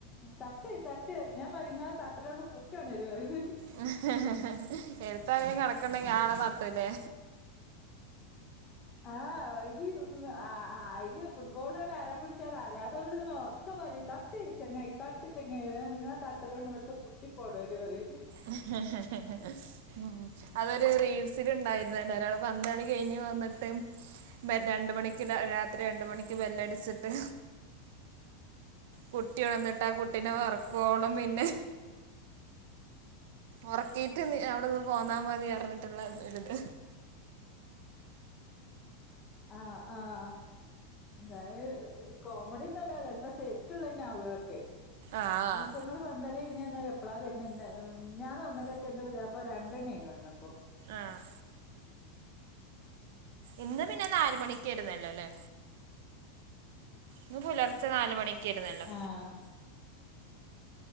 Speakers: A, on the left (about 20°); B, on the right (about 55°).
A: തട്ട് തട്ട് അറിം ഞാൻ പറിം ങ്ങളെ തട്ടലോണ്ട് കുട്ട്യൊണരു അറിം
B: ഹ് ഹ് എ <unintelligible> ഞാളെ തട്ടുലെ
A: ആഹ് വയ്ല് അയില് ഫുട്ബോൾ അരം പിടിച്ചോട രാവിലെ തന്നെ ഒറ ക്കെ പറിം തട്ട് ചങ്ങായ്‌ തട്ട് ചെങ്ങായ്‌ ഞാർഞ് ങ്ങളെ തട്ടലോണ്ട് ഇവട്ത്തെ കുട്ടി പ്പൊണരു അറിം
B: ഹ് ഹ്ഹ്ഹ് ഉം അതൊരു റീൽസില് ഉണ്ടായിര്ന്ന ഒരാള് പന്തളി കഴിഞ്ഞ് വന്ന്ട്ട് <unintelligible> രണ്ട് മണിക്ക് രാ രാത്രി രണ്ട് മണിക്ക് ബെല്ല് അടിച്ചിട്ട് കുട്ട്യൊണർന്നിട്ടാ ആ കുട്ടിനെ ഒർക്കോളം പിന്നെ ഉറക്കിട്ട് നും പോന്നാ മതി അർഞ്ഞിട്ടുള്ള ഒരുത്
A: ആഹ് ആഹ് ന്തായ് കോമഡ്യോന്നല്ല ചെൽപ്പ സെര്ക്ക്ള്ളന്നാവു അഒക്കെ
B: ആഹ്
A: ഈറ്റങ്ങള് പന്തള്യയ്ഞന്നാ എപ് അപ്പളാ വരുന്ന എന്ത മിഞ്ഞാന്നോ ഇന്നലൊക്കെ എന്തോ ഇന്റെ പുതിയാപ്പള രണ്ടെണ്ണി ആയിക്ക്ണ് വന്നപ്പോ.
B: ആഹ് ഇന്ന് പിന്നെ നാല് മണിക്കേരുന്നല്ലേലേ. ന്ന് പുലർച്ചെ നാല് മണിക്കേർന്നല്ലോ
A: ആഹ്